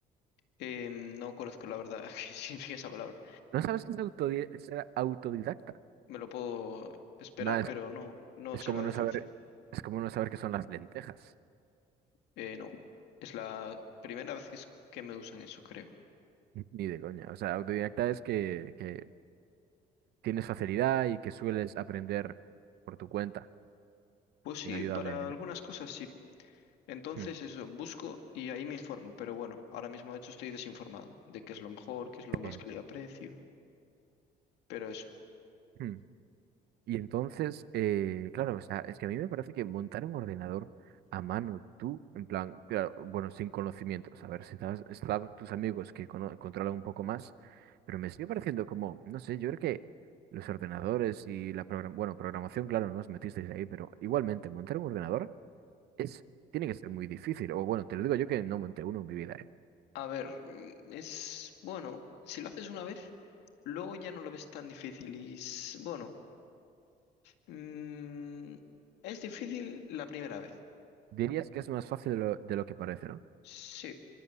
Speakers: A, on the left; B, on the right.
A: eh, no conozco la verdad <laughs> qué significa esa palabra.
B: ¿No sabes qué es autodi- ser autodidacta?
A: Me lo puedo esperar,
B: Más,
A: pero no, no
B: es
A: sé
B: como
A: la
B: no
A: definición.
B: saber, es como no saber qué son las lentejas.
A: Eh, no, es la primera vez que, es- que me usan eso, creo.
B: Ni de coña. O sea, autodidacta es que, que tienes facilidad y que sueles aprender por tu cuenta,
A: Pues sí,
B: sin ayuda
A: para
B: de...
A: algunas cosas sí. Entonces
B: Mm,
A: eso, busco y ahí me informo, pero bueno, ahora mismo de hecho estoy desinformado de qué es lo mejor, qué es lo más
B: sí,
A: que le aprecio, pero eso.
B: mm. Y entonces, eh, claro, o sea, es que a mí me parece que montar un ordenador a mano, tú, en plan, claro, bueno, sin conocimientos, a ver, si estás, están tus amigos que cono- controlan un poco más, pero me sigue pareciendo como, no sé, yo creo que los ordenadores y la program- bueno, programación, claro, no os metisteis ahí, pero igualmente, montar un ordenador Es, tiene que ser muy difícil. O bueno, te lo digo yo que no monté uno en mi vida, ¿eh?
A: A ver, mm, es bueno, si lo haces una vez Luego ya no lo ves tan difícil y s- bueno, mm, es difícil la primera vez,
B: Dirías que es más fácil de lo, de lo que parece, ¿no?
A: sí,